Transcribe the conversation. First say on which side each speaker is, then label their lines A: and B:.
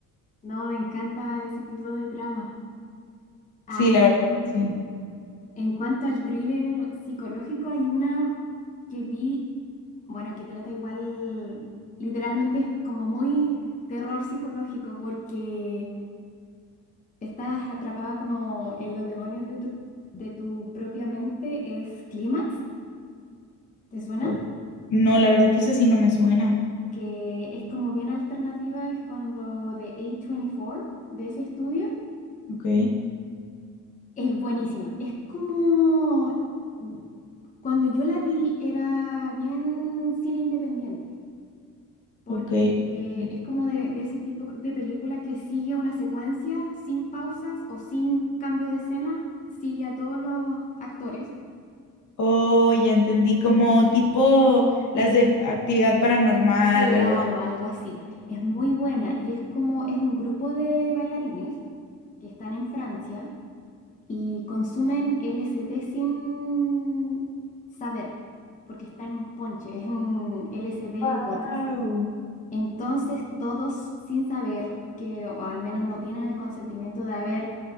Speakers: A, on the left; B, on the left.
A: No, me encanta ese tipo de trama. Ay,
B: Sí, la verdad,
A: sí.
B: sí.
A: En cuanto al thriller psicológico, hay una que vi, bueno, que trata igual, literalmente es como muy terror psicológico, porque estás atrapada como en los demonios de tu, de tu propia mente es Clímax, ¿te suena?
B: O- No, la verdad que esa sí no me suena.
A: Que es como bien alternativa, es cuando de A24, de ese estudio,
B: Ok,
A: es buenísima. Es como, mm, cuando yo la vi era bien cine independiente, porque
B: ok.
A: eh,
B: ok.
A: es como de, de ese tipo de película que sigue una secuencia sin pausas o sin cambio de escena, sigue a todos los actores
B: Oh, ya entendí, como tipo las de actividad paranormal,
A: Claro,
B: algo así.
A: algo así. Es muy buena y es como es un grupo de bailarines que están en Francia y consumen LSD sin saber, porque está en un ponche, es un LSD
B: Wow.
A: en gotas. Entonces todos sin saber que, o al menos no tienen el consentimiento de haber